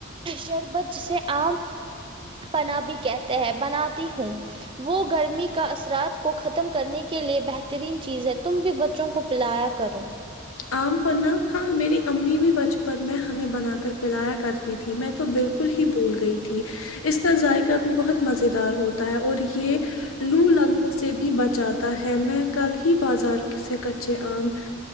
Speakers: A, on the right; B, on the left.
A: شربت جیسے آم پناہ بھی کہتے ہیں بناتی ہوں وہ گرمی کا اثرات کو ختم کرنے کے لئے بہترین چیز ہے تم بھی بچوں کو پیلایا کرو
B: آم پناہ ہاں میری امی بھی بچپن میں ہمیں بنا کر پیلایا کرتی تھی میں تو بالکل ہی بھول گئی تھی اس کا ذائقہ بھی بہت مزیدار ہوتا ہے اور یہ لو لگنے سے بھی بچاتا ہے میں کل ہی بازار سے کچے آم